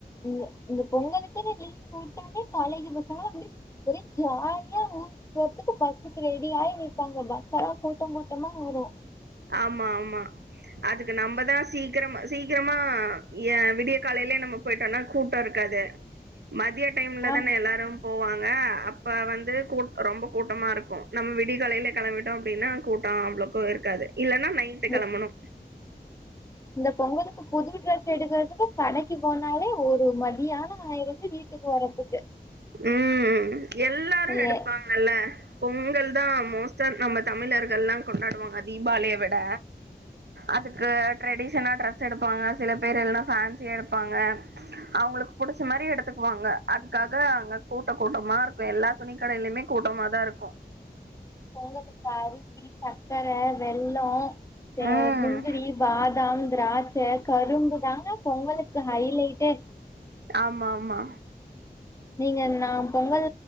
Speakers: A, on the left; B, on the right.
A: இந்த இந்த பொங்கலுக்கினு லீவ் வுட்டானே காலேஜ் பசங்கள அப்டிய ஒரே ஜாலியா ஊரு போறத்துக்கு பஸ்ஸுக்கு ரெடி ஆயி நிப்பாங்க பஸ் லா கூட்ட கூட்டமா வரு
B: ஆமா ஆமா அதுக்கு நம்மதா சீக்கிரம் சீக்கிரமா எ விடிய காலேலே நம்ம போயிட்டோன்னா கூட்டோ இருக்காது மதிய டைம்ல
A: ஆம்
B: தான எல்லாரு போவாங்க அப்ப வந்து கூ ரொம்ப கூட்டமா ருக்கு நம்ம விடியகாலேல கெளம்பிட்டோ அப்டின்னா கூட்டோ அவ்ளோ கோ இருக்காது இல்லன்னா நைட்டு
A: இந்த
B: கெளம்பணு
A: இந்த பொங்கலுக்கு புது ட்ரெஸ் எடுக்கறதுக்கு கடைக்கு போனாலே ஒரு மதியானமா யிருது வீட்டுக்கு வரதுக்கு
B: ம் எல்லாரு
A: ஏ
B: எடுப்பாங்கல்ல பொங்கல் தா மோஸ்டா நம்ம தமிழர்கல்லா கொண்டாடுவாங்க தீபாளிய விட அதுக்கு ட்ரெடிஷனா டிரஸ் எடுப்பாங்க சில பேர் எல்லா ஃபேன்சியா எடுப்பாங்க அவுங்களுக்கு புடிச்ச மாரி எடுத்துக்குவாங்க அதுக்கா க அங்க கூட்ட கூட்டமா இருக்கு எல்லா துணி கடையிலுமே கூட்டமா தா இருக்கு
A: பொங்கலுக்கு அரிசி சச்கர வெள்ளோ சே
B: ம்.
A: முந்திரி பாதாம் திரா ச்ச கரும்பு தாங்க பொங்கலுக்கு ஹைலைட்டே
B: ஆமா ஆமா
A: நீங்க நா பொங்கல்